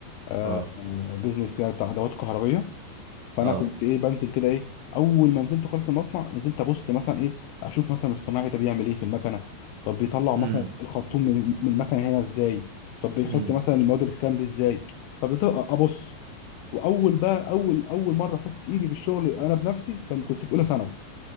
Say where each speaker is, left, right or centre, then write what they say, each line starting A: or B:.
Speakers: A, on the left; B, on the right.
A: آه،
B: اه
A: بيزنس كده بتاع ادوات كهربية فانا
B: اه
A: كنت ايه بنزل كده ايه اول ما نزلت خالص المصنع نزلت ابص مثلا ايه اشوف مثلا الصناعي ده بيعمل ايه في المكنه طب بيطلع
B: امم
A: مثلا الخرطوم من من المكنه هنا ازاي طب بيحط
B: امم
A: مثلا المواد الخام دي ازاي فبدأت أ- ابص واول بقى اول اول مره احط ايدي في الشغل انا بنفسي كان كنت في اولى ثانوي